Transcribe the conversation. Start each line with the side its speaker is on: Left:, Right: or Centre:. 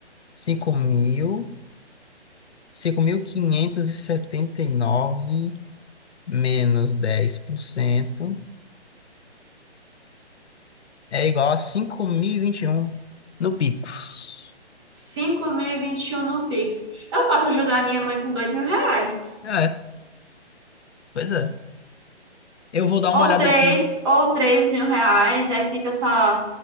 Left: cinco cinco mil cinco mil quinhentos e setenta e nove menos 10% é igual a 5.021 no Pix.
Right: Cinco mil e e vinte e um no Pix. Eu posso ajudar minha mãe com dois mil reais.
Left: Ah, É, pois é. Eu vou dar uma
Right: Ou
Left: olhada
Right: três,
Left: aqui. hein?
Right: ou três mil reais. Aí fica só